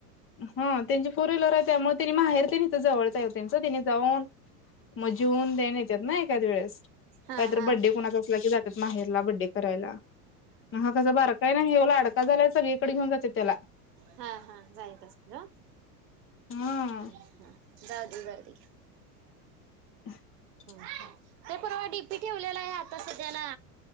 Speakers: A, on the left (about 25°); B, on the right (about 80°).
A: हा त्यांची फोर व्हीलर आहे. त्यामुळं तेनी माहेर तेन इथं जवळच आहे वो त्यांचं त्यानी जाऊन. मग जिऊन तेन येत्यात ना एखाद वेळेस.
B: हा
A: कायतर
B: हा
A: बड्डे कुणाचा असला की जात्यात माहेरला बड्डे करायला. हा कसा बारकाय ना ह्यो लाडका झालाय सगळीकडं घेऊन जात्यात त्याला.
B: हा हा जाईत असतील हो
A: हा
B: ह जाऊ देऊ जाऊ दे.
A: <unintelligible>
B: ह तर परवा डीपी ठेवलेला आहे सध्याला